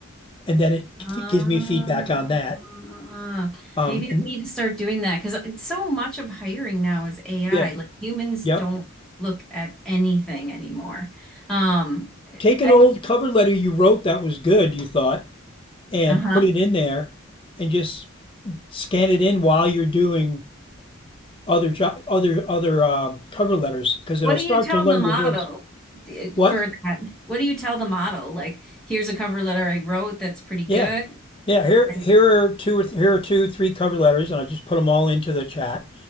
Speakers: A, on the left (about 25°); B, in the centre.
A: And then it
B: Ah,
A: gives me feedback on that. Um
B: maybe I
A: and
B: need to start doing that because so much of hiring now is AI.
A: yeah.
B: Like humans
A: Yep.
B: don't look at anything anymore. Um,
A: Take an
B: I,
A: old cover letter you wrote that was good, you thought, and
B: uh-huh.
A: put it in there and just scan it in while you're doing other job, other other um, cover letters because
B: What
A: it'll
B: do
A: start
B: you tell
A: to learn
B: the model
A: your voice.
B: d- for
A: What?
B: that? What do you tell the model? Like, here's a cover letter I wrote that's pretty good.
A: Yeah, yeah. Here,
B: And
A: here are two or th- here are two, three cover letters, and I just put them all into the chat